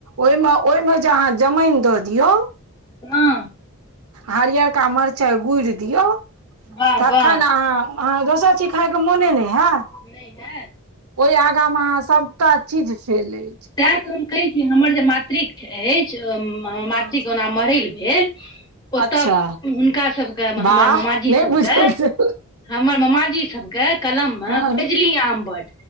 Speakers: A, on the right; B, on the left.
A: ओईमे ओईमे जे अहाँ जमैन दऽ दियौ
B: हँ
A: हरियरका मरचाइ गुड़ि दियौ
B: वाह
A: तखन
B: वाह
A: अहाँ अहाँके दोसर चीज खाइके मोने नय हएत
B: नय हयत
A: ओय आगा मे अहाँ सभटा चीज सेल अछि
B: तैँ तऽ हम कहैत छी हमर जे मातृक अछि मातृ
A: हँ
B: के ओना मरैल भे। ओतऽ
A: अच्छा
B: हुनका सभके
A: वाह
B: हमर मामाजी
A: नहि
B: सभके
A: बुझल छल
B: हमर मामाजी सभके कलममे
A: हँ
B: फजली आम बड़